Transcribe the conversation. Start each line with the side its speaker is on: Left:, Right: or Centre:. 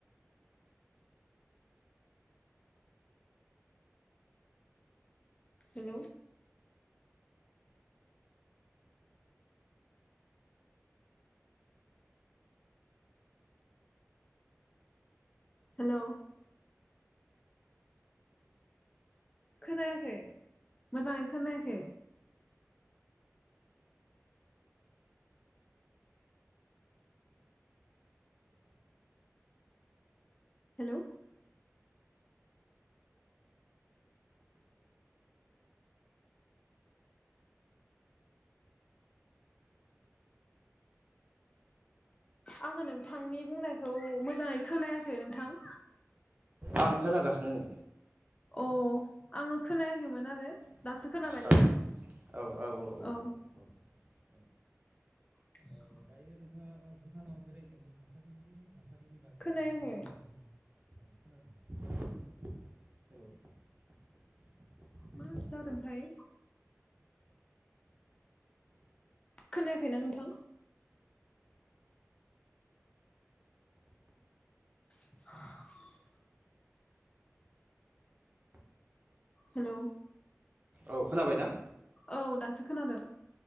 Left: हेलौ' हेलौ खोनायाखै मोजांङै खोनायाखै हेलौ आङो नोंथांनि बुंनायखौ मोजाङै खोनायाखै नोंथां
Right: आं खोनागासिनो नै
Left: अ आङो खोनायाखैमोन आरो
Right: <inaudible>
Left: दासो खोनाबाय नोंथां औ <inaudible>
Right: <inaudible>
Left: खोनायाखै
Right: बिनि कालसारफोरनि <inaudible>
Left: मा जादों
Right: हेलौ
Left: थाय खोनायाखैना नोंथां <inaudible> हेलौ
Right: औ खोनाबाय ना
Left: औ दासो खोनादों